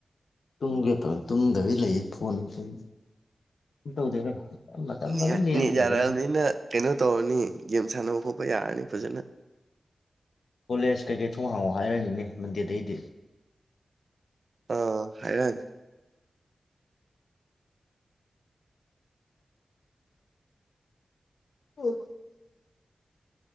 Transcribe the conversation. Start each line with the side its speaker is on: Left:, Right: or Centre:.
Left: ꯇꯨꯝꯒꯦ ꯇ ꯇꯨꯝꯗꯕꯤ ꯂꯩꯌꯦ ꯐꯣꯟ ꯄ ꯇꯧꯗꯃ
Right: ꯅꯦꯠ
Left: ꯂ
Right: ꯌꯥꯔꯛꯑꯕꯅꯤꯅ ꯀꯩꯅꯣ ꯇꯧꯔꯅꯤ ꯒꯦꯝ ꯁꯥꯟꯅꯕ ꯈꯣꯠꯄ ꯌꯥꯔꯅꯤ ꯐꯖꯅ
Left: ꯀꯣꯂꯦꯖ ꯀꯩꯀꯩ ꯊꯣꯡ ꯍꯥꯡꯉꯑꯣ ꯍꯥꯏꯔꯅꯤꯅꯦ ꯃꯟꯗꯦꯗꯩꯗꯤ
Right: ꯑ ꯍꯥꯏꯔꯅꯤ
Left: ꯎ